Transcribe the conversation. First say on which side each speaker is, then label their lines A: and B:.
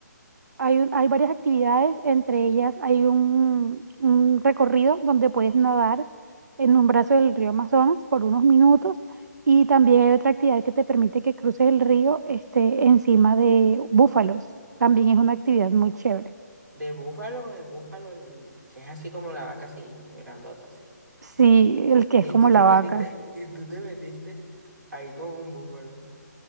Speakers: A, on the right (about 65°); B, on the right (about 80°).
A: Hay, un- hay varias actividades, entre ellas hay un, un recorrido donde puedes nadar en un brazo del río Amazonas por unos minutos y también hay otra actividad que te permite que cruces el río este, encima de búfalos. También es una actividad muy chévere.
B: De búfalo, el búfalo, el- que es así como la vaca así, grandota, así. <laughs>
A: Sí, el que
B: Y
A: es como
B: tú te
A: la
B: metiste,
A: vaca.
B: y tú te metiste ahí con un búfalo.